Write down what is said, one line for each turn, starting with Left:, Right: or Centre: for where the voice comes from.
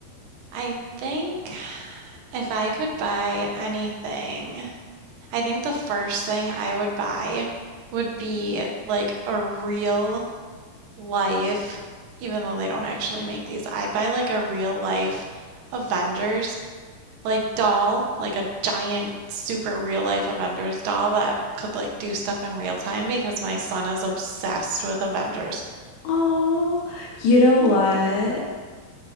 Right: I think if I could buy anything. I think the first thing I would buy would be like a real life, even though they don't actually make these, I'd buy like a real life Avengers like doll, like a giant super real life Avengers doll that could like do stuff in real time because my son is obsessed with Avengers.
Left: Oh, you know
Right: Yeah.
Left: what?